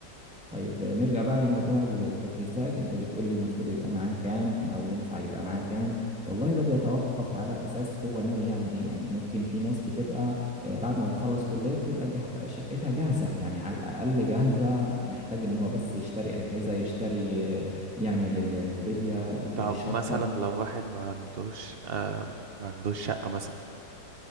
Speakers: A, in the centre; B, on the right (about 45°).
A: طيب نرجع بقى لموضوع التجهيزات انت بتقول لي المفروض يبقى معاه كام او ينفع يبقى معاه كام والله ده بيتوقف على اساس هو ناوي يعمل ايه يعني ممكن في ناس بتبقى آه، بعد ما بتخلص كلية بتبقى جه... شقتها جاهزة يعني على الاقل جاهزة محتاج ان هو بس يشتري اجهزة يشتري آه، يعمل ال- الموبيليا يشطب
B: طب مثلا لو واحد ما عندوش آه ما عندوش شقه مثلا